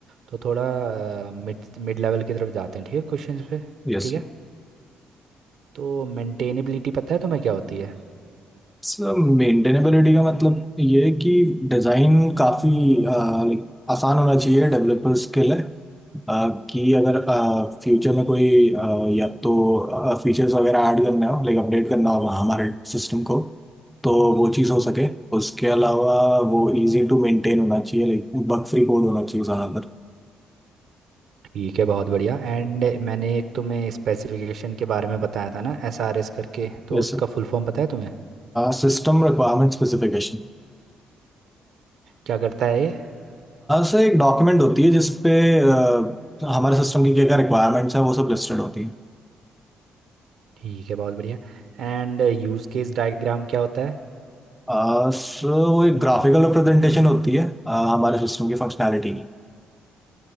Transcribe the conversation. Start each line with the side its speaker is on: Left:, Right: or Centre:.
Right: तो थोड़ा मिड मिड लेवल की तरफ जाते हैं ठीक है क्वेश्चंस पे
Centre: यस
Right: ठीक है तो मेंटेनेबिलिटी पता है तुम्हें क्या होती है
Centre: सर मेंटेनेबिलिटी का मतलब ये है कि डिज़ाइन काफ़ी आसान होना चाहिए डेवलपर्स के लिए आ, कि अगर फ्यूचर में कोई अ, या तो फीचर्स वगैरह ऐड करने हो लाइक अपडेट करना हो हमारे सिस्टम को तो वो चीज़ हो सके उसके अलावा वो इजी टू मेंटेन होना चाहिए लाइक बग फ्री कोड होना चाहिए ज़्यादातर
Right: ठीक है बहुत बढ़िया एंड मैंने एक तुम्हें स्पेसिफिकेशन के बारे में बताया था ना एस आर एस करके तो
Centre: वैसे
Right: उसका फुल फॉर्म पता है तुम्हें
Centre: सिस्टम रिक्वायरमेंट स्पेसिफिकेशन
Right: क्या करता है ये
Centre: सर एक डॉक्यूमेंट होती है जिसपे अ, हमारे सिस्टम की क्या क्या रिक्वायरमेंट्स हैं वो सब लिस्टेड होती है
Right: ठीक है बहुत बढ़िया एंड यूज़ केस डायग्राम क्या होता है
Centre: आ, सर वो एक ग्राफिकल रिप्रेजेंटेशन होती है अ, हमारे सिस्टम की फंक्शनैलिटी की